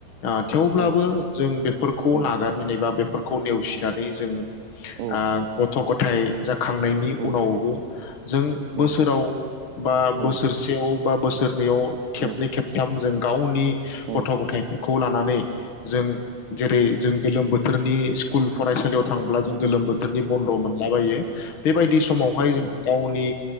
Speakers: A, on the left (about 50°); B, on the right (about 75°).
A: ओ थेवब्लाबो
B: फैयो
A: जों बे खौ
B: औ
A: नागारनो नेबा बे फोरखौ नेवसिनानै जों आ
B: औ
A: गथ' गथायाइ जाखांनायनि
B: औ
A: उनावबो जों बोसोराव
B: औ
A: बा
B: औ
A: बोसोरसेयाव बा बोसोरनैयाव खेबनै
B: औ
A: खेबथाम जों गावनि
B: औ
A: गथ' गथायाइफोरखौ लानानै जों जेरै जों गोलोम बो थोरनि स्कुल फरायसालियाव थांब्ला जों गोलोम बोथोरनि बन्द मोनलाबायो बेबायदि समावहाय जों गावनि